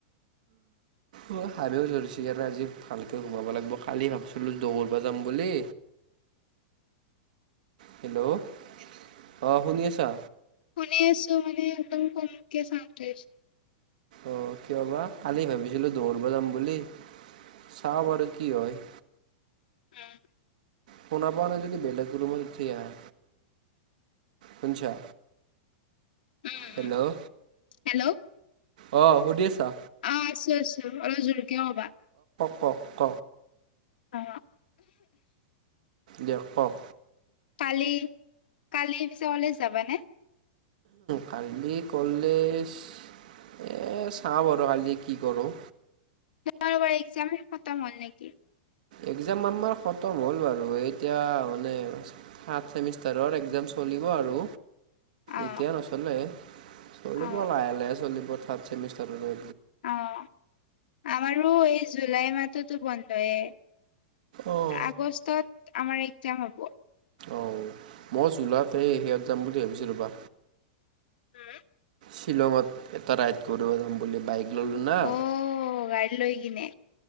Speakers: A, on the right (about 55°); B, on the left (about 70°).
A: অ হাবও ধৰিছে হেকাণে আজি ভালকে সোমাব লাগব কালি ভাবিছিলো দৌৰবা যাম বুলি হেল্ল' অ শুনি আছা
B: শুনি আছো মানে একদম কমকে চাউন্ড টো আহিছে
A: অ কিয় বা কালি ভাবিছিলো দৌৰব যাম বুলি চাও আৰু কি হয়
B: উম
A: শুনা পোৱা নাই যদি বেলেগ ৰুমত উঠি আহা শুনছা
B: উম,
A: হেল্ল'
B: উম,
A: অহ
B: হেল্ল'
A: অহ শুনিছা
B: অ আছো আছো অলপ জোৰকে কবা
A: ক ক
B: অ
A: দেখক
B: কালি কালি পিছ বেলা যাবানে
A: কালি কলেজ এ চাও বাৰু কালি কি কৰো
B: তোমাৰ এক্সাম খতম হ'ল নেকি।
A: এক্সাম আমাৰ খতম হ'ল বাৰু, এতিয়া আৰু থাটড্ ছেমিষ্টাৰৰ এক্সাম চলিব আৰু
B: অ
A: এতিয়া নচলে চলিব
B: অ
A: লাহে লাহে চলিব থাৰ্ড ছেমিষ্টাৰৰ
B: অ', আমাৰো এই জুলাই মাহতো বন্ধয়
A: অঁ
B: আগষ্টত আমাৰ এক্সাম হব
A: অ', মই জোলতে এই সেয়াত যাম বুলি ভাবিছিলো ৰবা
B: উম
A: শ্বিলঙত এটা ৰাইড কৰিব যাম বুলি বাইক ল'লোঁ না
B: অ', গাড়ী লৈ কিনে